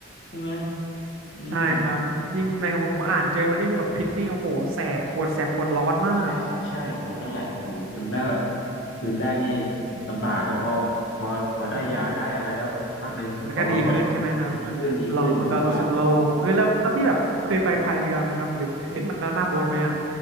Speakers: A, on the left; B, on the right.
A: ใช่ไหมอืม
B: ใช่ครับยิ่งแมงกะพรุนผมอ่านเจอมันนี่คือแบบพิษนี่โอ้โหแสบปวดแสบปวดร้อนมาก
A: ใช่ใช่ใช่โอ้โหนั่นแหละโอ้โหจำได้ว่าคืนแรกนี่ลำบากแต่พอพอพอได้ยาได้อะไรก็สักพักหนึ่งสองสามวัน
B: อืมมันก็ดีขึ้นใช่ไหมครับมันก็เลาะมันก็รู้สึกโล่งเออแล้วแล้วพี่แบบเคยไปพายเรือไหมครับหรือขึ้นมันด้านหน้าโบ๊ทไหมอ่ะ
A: ดีขึ้นดีขึ้นแต่ว่า